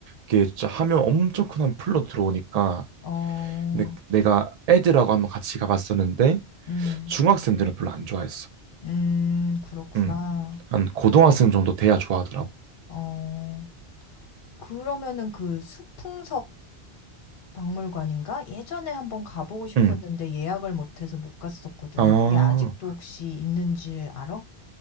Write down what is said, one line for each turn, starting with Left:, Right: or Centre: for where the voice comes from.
Right: 게 진짜 하면 엄청 큰 한 풀로 들어오니까
Left: 어.
Right: 근데 내가 애들하고 한번 같이 가봤었는데
Left: 음.
Right: 중학생들은 별로 안 좋아했어.
Left: 음. 그렇구나.
Right: 음. 한 고등학생 정도 돼야 좋아하더라고.
Left: 어. 그러면은 그 수풍석 박물관인가? 예전에 한번 가보고 싶었는데
Right: 음.
Left: 예약을 못 해서 못 갔었거든.
Right: 아,
Left: 그게 아직도 혹시 있는지 알아?